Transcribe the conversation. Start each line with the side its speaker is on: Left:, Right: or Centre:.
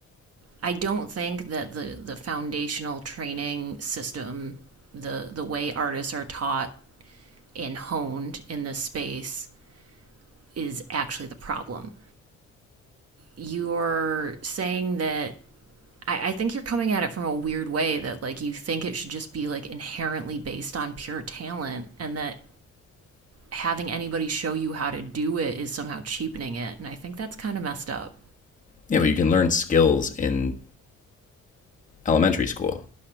Right: I don't think that the, the foundational training system, the, the way artists are taught and honed in this space, is actually the problem. You're saying that I, I think you're coming at it from a weird way that like you think it should just be like inherently based on pure talent and that having anybody show you how to do it is somehow cheapening it. And I think that's kind of messed up.
Left: Yeah, but you can learn skills in elementary school.